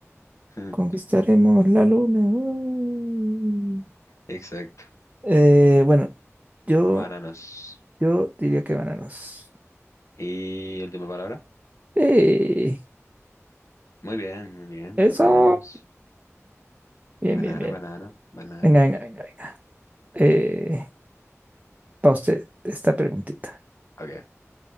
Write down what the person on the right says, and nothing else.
conquistaremos la luna. uh.
Eh, bueno, yo,
yo diría que bananos.
Eh,
eso.
Bien,
bien, bien.
Venga, venga, venga, venga. Eh, para usted, esta preguntita.